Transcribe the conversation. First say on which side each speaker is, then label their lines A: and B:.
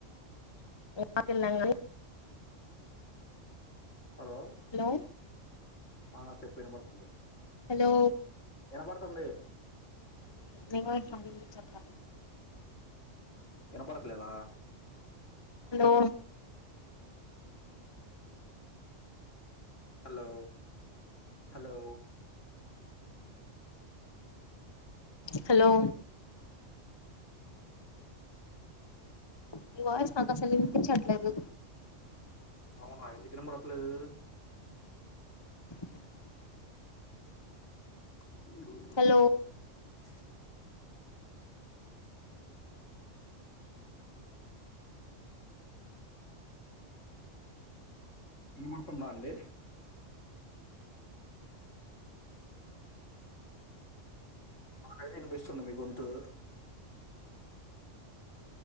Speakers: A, on the left; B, on the left.
A: <unintelligible>
B: హలో
A: హలో
B: ఆ చెప్పు వినబడుతుంది
A: హల్లో
B: వినబడుతుంది
A: <unintelligible>
B: ఇనబడట్లేద
A: హలో
B: హలో హలో
A: హలో మీ వయిస్ నాకసలు విన్పించట్లేదు
B: అవునా ఎందుకు వినబడట్లేదు
A: <unintelligible>
B: హు
A: హలో
B: ముహూర్తం బంది మాకైతే వినిపిస్తుంది మీ గొంతు